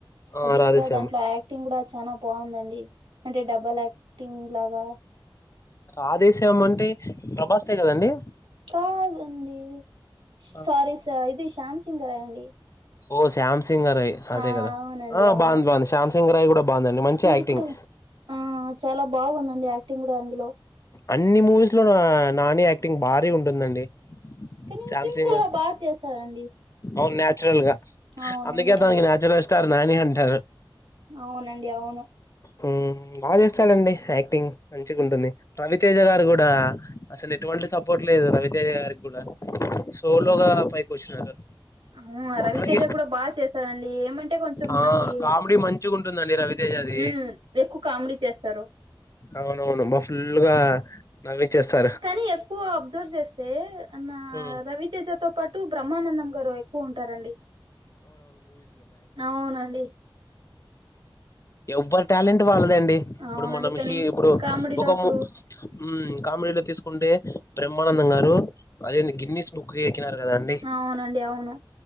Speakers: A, on the left; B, on the right.
A: ఆ
B: అది
A: రాధేశ్యామ్
B: కూడా దాంట్లో యాడ్ యాక్టింగ్ కూడా చాల బాగుందండి అంటే డబల్ యాక్టింగ్ లాగా
A: ఆ రాధే శ్యామ్ అంటే ప్రభాస్ స్తే కదండి
B: కాదండి సారీ
A: ఆ
B: స ఇది శ్యామ్సింగర అండి
A: ఓ శ్యామ్సంగ్ అదే
B: ఆ
A: కదా
B: అవునండి
A: ఆ
B: అవును
A: బాగుంది బాగుంది శ్యాంసింగ్ రాయ్ కూడా బాగుందండి మంచి
B: అది
A: యాక్టింగ్
B: కూడా ఆ చాలా బాగుందండి యాక్టింగ్ కూడా అందులో
A: అన్ని మూవీస్ లోను నాని యాక్టింగ్ భారీ ఉంటుందండి
B: కానీ
A: శ్యామ్
B: సింపుల్
A: సింగ్
B: గా బాగా చేస్తాడండి
A: అవును న్యాచురల్ గా
B: అవునండి
A: అందుకే అతనికి
B: నా
A: న్యాచురల్ స్టార్ నాని అంటారు
B: అవునండి అవును
A: మ్ బాగ చేస్తాడండి యాక్టింగ్ మంచిగ ఉంటుంది రవితేజగారు కూడ అసలు ఎటువంటి సపోర్ట్ లేదు రవితేజ గారికి కూడ సోలోగా పైకి వచ్చినారు
B: అవు రవితేజ
A: అలాగే
B: కూడ బాగా చేస్తాడండీ ఏమంటే కొంచెం
A: ఆ
B: నాకి
A: కామెడీ మంచిగ ఉంటుందండి రవితేజది.
B: మ్మ్ ఎక్కువ కామెడీ చేస్తారు.
A: అవునవును బా ఫుల్ గా నవ్విచ్చేస్తా
B: కానీ ఎక్కువ అబ్జర్వ్ చేస్తే నా
A: ఉమ్,
B: రవితేజతో పాట్ టు బ్రహ్మానందం గారు ఎక్కువ ఉంటారండి. అవునండి
A: ఎవ్వరు టాలెంట్ వాళ్లదండి ఇప్పుడు
B: అవునండి
A: మనంహి
B: కానీ
A: ఇప్పుడు
B: కామెడీలో
A: ఒక
B: ఇప్పుడు
A: ము మ్ కామెడీలో తీసుకుంటే బ్రహ్మానందం గారు అదేంది గిన్నిస్ బక్ కి ఎక్కినారు కదండి
B: అవునండి అవును